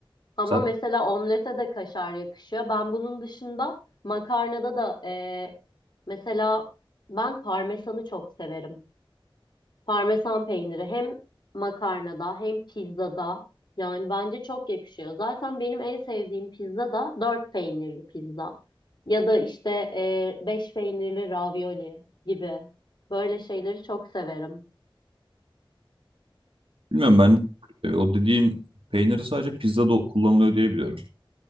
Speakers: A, on the left; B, on the right.
A: Ama
B: Sen
A: mesela omlete de kaşar yakışıyor. Ben bunun dışında makarnada da eee, mesela ben parmesanı çok severim. Parmesan peyniri hem makarnada hem pizzada yani bence çok yakışıyor. Zaten benim en sevdiğim pizza da dört peynirli pizza ya da işte e, beş peynirli ravioli gibi böyle şeyleri çok severim.
B: bilmiyorum ben e, o dediğin peyniri sadece pizzada o- kullanılıyor diye biliyorum.